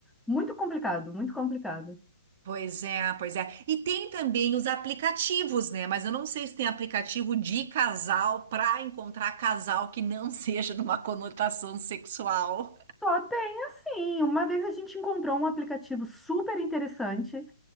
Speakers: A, in the centre; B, on the right.
A: Muito complicado, muito complicado.
B: Pois é, pois é. E tem também os aplicativos, né? Mas eu não sei se tem aplicativo de casal para encontrar casal que não <laughs> seja numa conotação sexual.
A: Só tem assim, uma vez a gente encontrou um aplicativo super interessante